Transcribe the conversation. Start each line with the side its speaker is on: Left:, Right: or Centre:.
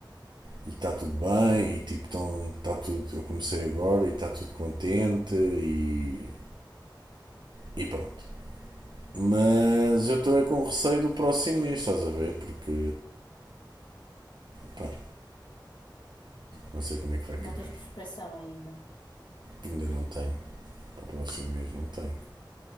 Right: e está tudo bem, e tipo, tão, tá tudo, eu comecei agora e está tudo contente e, e pronto. Mas eu estou é com receio do próximo mês, estás a ver? Porque pá, não sei como é que vai
Left: Não
Right: calhar.
Left: tens prospeção ainda.
Right: Ainda não tenho. Para o próximo mês não tenho.